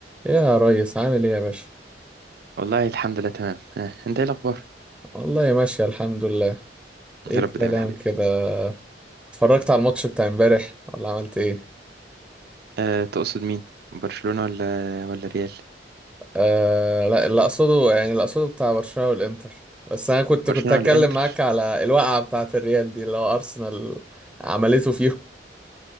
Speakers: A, in the centre; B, on the right.
A: يا ريس عامل ايه يا باشا
B: والله الحمد لله تمام آه. انت ايه الاخبار
A: والله ماشية الحمد لله ايه
B: يا
A: الكلام
B: رب دايما يا حبيبي
A: كده اتفرجت على الماتش بتاع امبارح ولا عملت ايه
B: أه تقصد مين برشلونة ولا ولا ريال
A: آه لا اللي اقصده يعني اللي اقصده بتاع برشلونة والانتر بس انا كنت
B: برشلونة
A: كنت هتكلم
B: ولا انتر
A: معاك على الوقعة بتاعة الريال دي اللي هو ارسنال عملته فيهم